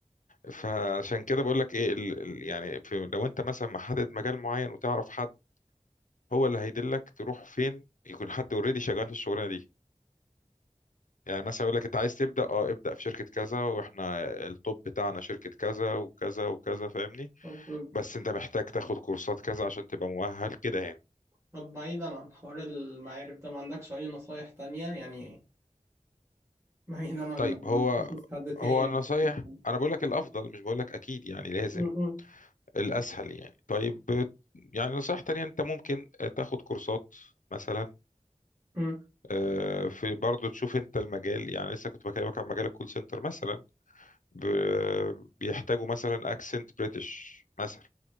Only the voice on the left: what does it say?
فعشان كده بقول لك ايه ال... ال- يعني في... لو انت مثلا محدد مجال معين وتعرف حد هو اللي هيدلك تروح فين يكون حد اوريدي شغال في الشغلانه دي يعني مثلا يقول لك انت عايز تبدا اه ابدا في شركه كذا واحنا التوب بتاعنا شركه كذا وكذا وكذا فاهمني
بس انت محتاج تاخد كورسات كذا عشان تبقى مؤهل كده يعني
طيب هو
هو
النصايح
انا بقول لك الافضل مش بقول لك اكيد يعني لازم
الاسهل يعني طيب يعني نصيحة تانية انت ممكن تاخد كورسات مثلا
آه، في برضه تشوف انت المجال يعني لسه كنت بكلمك عن مجال الكول سنتر مثلا ب- بيحتاجوا مثلا اكسنت بريتش مثلا